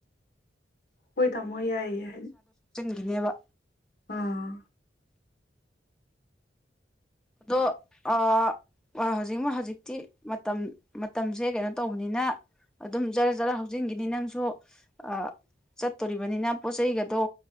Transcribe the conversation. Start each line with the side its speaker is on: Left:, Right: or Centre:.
Left: ꯍꯣꯏ ꯇꯥꯃꯣ ꯌꯥꯏꯌꯦ ꯍ
Centre: ꯀꯤꯅꯦꯕ
Left: ꯑꯥ
Centre: ꯑꯗꯣ ꯑꯥ ꯍꯧꯖꯤꯛꯃꯛ ꯍꯧꯖꯤꯛꯇꯤ ꯃꯇꯝ ꯃꯇꯝꯁꯦ ꯀꯩꯅꯣ ꯇꯧꯕꯅꯤꯅ ꯑꯗꯨꯝ ꯖꯔ ꯖꯔ ꯍꯧꯖꯤꯟꯒꯤꯅꯤ ꯅꯪꯁꯨ ꯑꯥ ꯆꯠꯇꯣꯔꯤꯕꯅꯤꯅ ꯄꯣꯠ ꯆꯩꯩꯒꯗꯣ